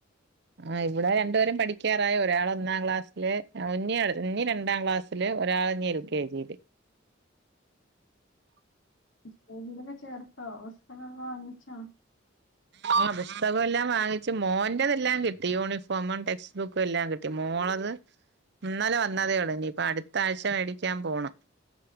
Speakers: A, on the right (about 60°); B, on the left (about 75°).
A: അഹ് ഇവിടെ രണ്ടുപേര് പഠിക്കാറായി ഒരാള് ഒന്നാംക്ലസിൽ അ ഇനി ഇനി രണ്ടാം ക്ലസിൽ ഒരാൾ ഇനി ള് കെ ജിൽ
B: സ്കൂളിലൊക്കെ ചേർത്തോ അവസ്ഥൊക്കൊക്കെ വാങ്ങിച്ചാ
A: ആഹ് പുസ്തകം എല്ലാം വാങ്ങിച്ചു മോൻ്റെതെല്ലാം കിട്ടി യൂണിഫോമും ടെക്സ്റ്റ്ബുക്കും എല്ലാം കിട്ടി മോളെത് ഇന്നാലെ വന്നതേ ഉള്ളു ഇനിയിപ്പ അടുത്ത ആഴ്ച മേടിക്കാൻ പോണം